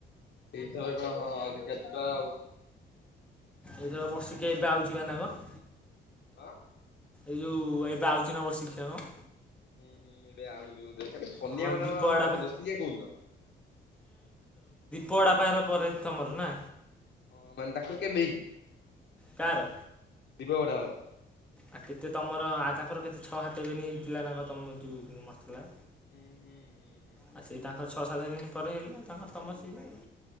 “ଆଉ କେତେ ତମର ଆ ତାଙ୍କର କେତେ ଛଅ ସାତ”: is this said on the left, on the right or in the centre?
Centre